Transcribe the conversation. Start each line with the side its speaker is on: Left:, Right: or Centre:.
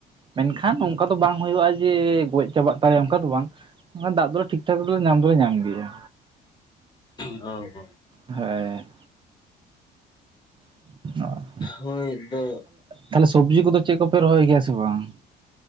Right: ᱢᱮᱱᱠᱷᱟᱱ ᱚᱱᱠᱟ ᱫᱚ ᱵᱟᱝ ᱦᱳᱭᱳᱜᱼᱟ᱾ ᱡᱮ ᱜᱚᱡ ᱪᱟᱵᱟᱜ ᱛᱟᱞᱮᱭᱟ ᱚᱱᱠᱟ ᱫᱚ ᱵᱟᱝ ᱫᱟᱜ ᱫᱚᱞᱮ ᱴᱷᱤᱠ ᱴᱷᱟᱠ ᱫᱚᱞᱮ ᱧᱟᱢ ᱫᱚᱞᱮ ᱧᱟᱢ ᱜᱮᱭᱟ᱾
Left: ᱚ ᱦᱚ
Right: ᱦᱮᱸ ᱚ
Left: ᱦᱳᱭ ᱫᱚ
Right: ᱛᱟᱦᱞᱮ ᱥᱚᱵᱽᱡᱤ ᱠᱚᱫᱚ ᱪᱮᱫ ᱠᱚᱯᱮ ᱨᱚᱦᱚᱭ ᱜᱮᱭᱟ ᱥᱮ ᱵᱟᱝ?